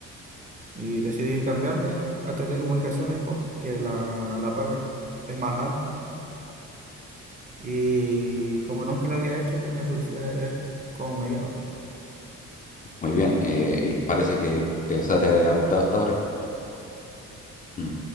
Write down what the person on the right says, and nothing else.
y decidí cambiarme a telecomunicaciones porque la, la paga es más alta y como nunca lo había hecho tenía curiosidad de ver cómo me iba.